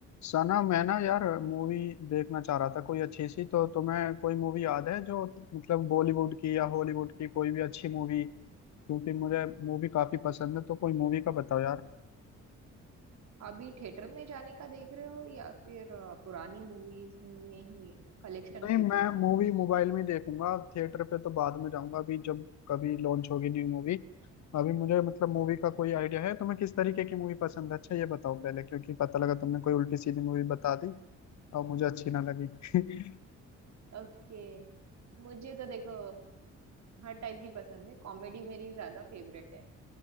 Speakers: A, on the left; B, on the right.
A: सना मैं ना यार मूवी देखना चाह रहा था कोई अच्छी सी तो तुम्हें कोई मूवी याद है जो मतलब बॉलीवुड की या हॉलीवुड की कोई भी अच्छी मूवी क्योंकि मुझे मूवी काफी पसंद है तो कोई मूवी का बताओ यार
B: अभी थिएटर में जाने का देख रहे हो या फिर अ, पुरानी मूवीज में ही कलेक्शन
A: नहीं
B: पूछ
A: मैं
B: रहे हो
A: मूवी मोबाइल में ही देखूंगा थिएटर पे तो बाद में जाऊंगा अभी जब कभी लॉन्च होगी न्यू मूवी अभी मुझे मतलब मूवी का कोई आइडिया है तुम्हें किस तरीके की मूवी पसंद है अच्छा ये बताओ पहले क्योंकि पता लगा तुमने कोई उल्टी सीधी मूवी बता दी और मुझे अच्छी ना लगी <laughs>
B: <laughs> ओके मुझे तो देखो हर टाइप की पसंद है कॉमेडी मेरी ज्यादा फेवरेट है